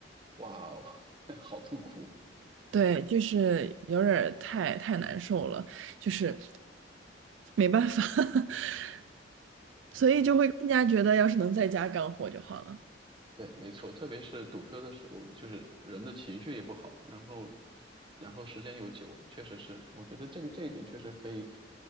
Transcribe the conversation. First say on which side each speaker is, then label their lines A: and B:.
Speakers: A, on the right (about 25°); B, on the right (about 85°).
A: 哇哦，<laughs> 好痛苦。
B: 对，就是有点儿太太难受了，就是没办法，<laughs> 所以就会更加觉得要是能在家干活就好了。
A: 对，没错，特别是堵车的时候，就是人的情绪也不好，然后，然后时间又久，确实是，我觉得这个这一点确实可以，